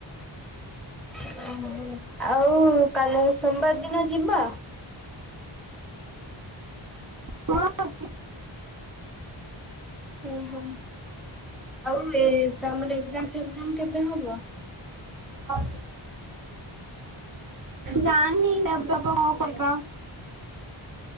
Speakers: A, in the centre; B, on the right (about 45°).
A: ହ ଆଉ କାଲି ସୋମବାର ଦିନ ଯିବା।
B: ହଁ।
A: ଓହୋ ଆଉ ଏ ତମର ଏକ୍ଜାମ ଫେଜାମ କେବେ ହବ?
B: ହଁ ଜାଣିନି <inaudible> କଣ କରିବା?